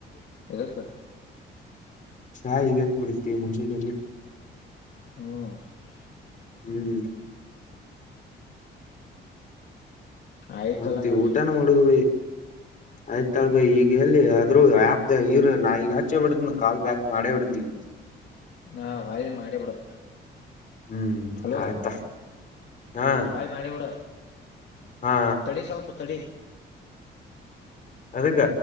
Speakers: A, on the left; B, on the left.
A: ಎದಕ್ಕ
B: ಚಾ ಈಗ ಎಲ್ ಕುಡಿತಿ ಮುಂಜಾಲೆಗ
A: ಹ್ಮ
B: ಹ್ಮ್
A: ಆಯ್ತಲ್ಲ
B: ಮತ್ತೆ
A: ಹಂಗಾರ
B: ಊಟನ ಮಾಡುದು ಬೈ
A: <inaudible>
B: ಆಯ್ತಾಳ ಬೈ ಈಗ ಎಲ್ಲಿ ಅ ಆದ್ರೂ ಆಪ್ ಅದ ಇರು ನಾ ಈಗ ಹಚ್ಚೆ ಬಿಡ್ತೇನೆ ಕಾಲ್ ಬ್ಯಾಕ್ ಮಾಡೇ ಬಿಡತನ
A: ಹಾ ವಾಯ ಮಾಡೇ ಬಿಡು
B: ಹ್ಮ್
A: ಹಲೋ
B: ಆಯ್ತಾ ಹಾ
A: ವಾಯ ಮಾಡೇ ಬಿಡು
B: ಹಾ
A: ತಡಿ ಸ್ವಲ್ಪ ತಡಿ
B: ಅದಕ್ಕ